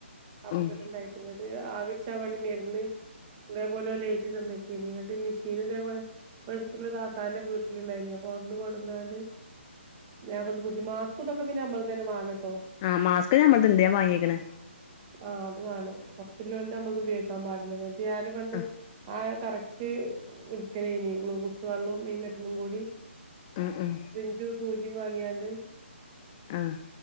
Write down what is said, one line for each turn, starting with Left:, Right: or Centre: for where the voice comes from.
Right: കഫകെട്ട്
Left: ഉം
Right: ഇണ്ടായിട്ട് ഇങ്ങട്ട് ആവിപിടിച്ചാൻ വേണ്ടി മരുന്ന് ഇതേപോലെ ഓല് എഴുതി തന്ന് ഇങ്ങട്ട് മിഷീന് ഇതേപോലെ ത്ത്‌ല് താത്താന്റെ വീട്ടിലിണ്ടായിനി അപ്പൊ അവ്ട്ന്ന് കൊണ്ടന്ന്ങ്ങാണ്ട് ഞാൻ ഇവ്ട്ന്ന് പുടിച്ച് മാസ്ക് ഇതൊക്കെ പിന്നെ ഞമ്മളെതന്നെ വേണംട്ടോ
Left: ആഹ് മാസ്ക് ഞമ്മൾത് ഇണ്ട് ഞാൻ വാങ്ങിക്ക്ണ്
Right: ആഹ് അത് വേണം ബാക്കിലോൽത് നമ്മളത് ഉപയോഗിക്കാൻ പാടില്ല ഞാന് പണ്ട്
Left: ആ
Right: ആ കറക്റ്റ് ഇടുക്കലേനി ഗ്ലുക്കോസ് വെള്ളോം ഈ മരുന്നും കൂടി
Left: ഉം ഉം
Right: സിറിഞ്ചും സൂചീം വാങ്ങിയാണ്ട്
Left: ആഹ്